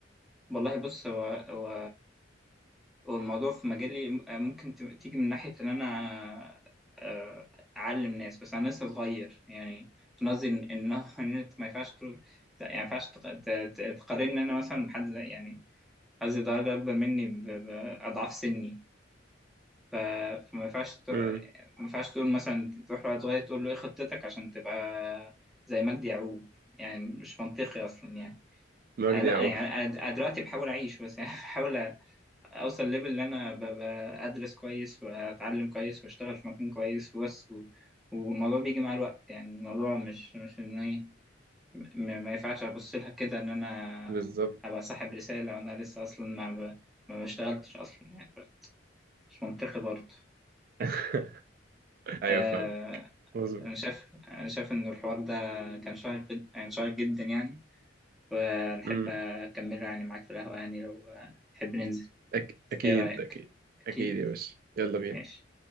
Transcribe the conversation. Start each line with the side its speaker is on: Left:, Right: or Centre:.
Centre: والله بص هو والموضوع في مجالي ممكن ت- تيجي من ناحية إن أنا آه، أعلم ناس بس أنا لسه صغير يعني أنا قصدي إن إن <laughs> إن أنت ما ينفعش تقول- يعني ما ينفعش تق- ت- ت- تقارن أنا مثلا بحد زي- يعني قصدي درجة أكبر مني ب- بأضعاف سني ف- فما ينفعش تق-
Right: امم
Centre: ما ينفعش تقول مثلا تروح لواحد صغير تقول له إيه خطتك عشان تبقى زي مجدي يعقوب يعني مش منطقي أصلا يعني
Right: مجدي
Centre: آه، لا
Right: يعقوب
Centre: يعني أنا أنا دلوقتي بحاول أعيش بس <laughs> يعني بحاول اوصل ليفل اللي انا ب- بدرس كويس واتعلم كويس واشتغل في مكان كويس وبس و... والموضوع بيجي مع الوقت يعني الموضوع مش مش ان ايه م... ما ينفعش ابص لها كده ان انا
Right: بالظبط
Centre: ابقى صاحب رسالة وانا لسه اصلا ما ب... ما بشتغلتش اصلا يعني ف- مش منطقي برضه
Right: <laughs> ايوه
Centre: آه...
Right: فاهم مظبوط
Centre: انا شايف انا شايف ان الحوار ده كان شيق جد- يعني شيق جدا يعني ونحب
Right: امم
Centre: اكمله يعني معاك في القهوة يعني لو آه، تحب ننزل
Right: أك... اكيد
Centre: ايه رأيك
Right: اكيد
Centre: اكيد
Right: اكيد يا باشا يلا بينا
Centre: ماشي